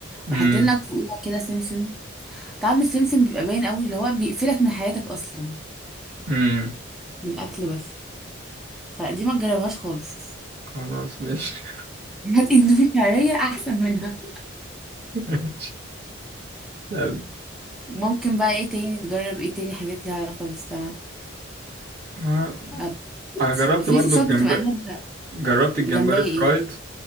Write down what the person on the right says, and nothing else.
امم
امم
خلاص ماشي
<laughs> ماشي طب
انا
انا
جربت
برضه
الجمبري
جربت الجمبري
الفرايد